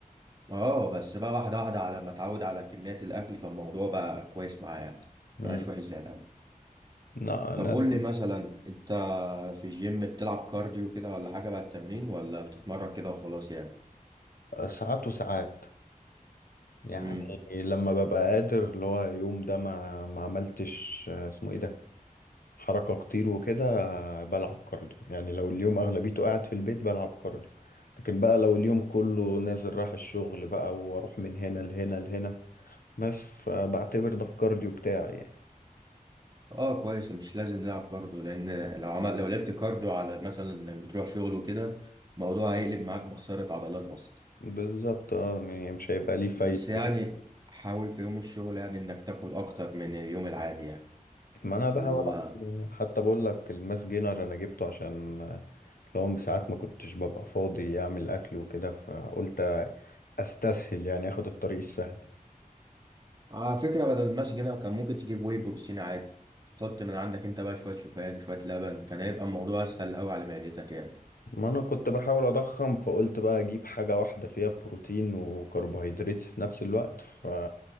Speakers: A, on the right (about 25°); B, on the left (about 80°).
A: اه بس بقى واحدة واحدة على ما اتعود على كميات الأكل فالموضوع بقى كويس معاه يعني
B: مم.
A: مبقاش وحش زي الأول
B: لا انا
A: طب قول لي مثلا أنت في الجيم بتلعب كارديو كده ولا حاجة بعد التمرين ولا بتتمرن كده وخلاص يعني
B: ساعات وساعات يعني
A: امم
B: لما ببقى قادر اللي هو يوم ده ما ما عملتش آه، اسمه ايه ده حركة كتير وكده بلعب كارديو يعني لو اليوم أغلبيته قاعد في البيت بلعب كارديو لكن بقى لو اليوم كله نازل رايح الشغل بقى واروح من هنا لهنا لهنا بس فبعتبر ده الكارديو بتاعي يعني
A: اه كويس مش لازم نلعب كارديو لأن لو عمل لو لعبت كارديو على مثلا إنك بتروح شغل وكده الموضوع هيقلب معاك بخسارة عضلات أصلا
B: بالظبط اه يعني مش هيبقى ليه فايدة
A: بس يعني
B: أوي
A: حاول في يوم الشغل يعني انك تاكل اكتر من اليوم العادي يعني
B: ما انا بحاول
A: اللي هو
B: اعمل كده. حتى بقول لك الماس جينر انا جبته عشان لو ساعات ما كنتش ببقى فاضي اعمل اكل وكده فقلت استسهل يعني اخد الطريق السهل
A: آه، على فكرة بدل المسج هنا كان ممكن تجيب واي بروتين عادي حط من عندك انت بقى شوية شوفان شوية لبن كان هيبقى الموضوع اسهل قوي على معدتك يعني
B: ما انا كنت بحاول اضخم فقلت بقى اجيب حاجة واحدة فيها بروتين وكربوهيدرات في نفس الوقت ف